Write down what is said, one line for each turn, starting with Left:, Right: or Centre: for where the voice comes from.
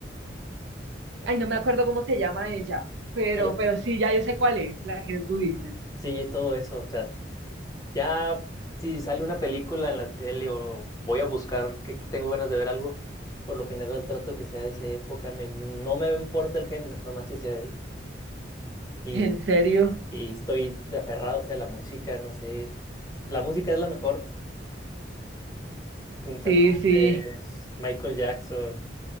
Right: Ay, no me acuerdo cómo se llama ella, pero,
Left: pero
Right: pero sí, ya yo sé cuál es, la que tú dices.
Left: sí, todo eso. O sea, ya si sale una película en la tele o voy a buscar que tengo ganas de ver algo, por lo general trato que sea de esa época. me- no me importa el género, nomás que sea de ahí. Y,
Right: ¿En serio?
Left: y estoy aferrado, o sea, a la música, no sé. La música es la mejor. Guns
Right: Sí,
Left: N' Roses,
Right: sí.
Left: Michael Jackson,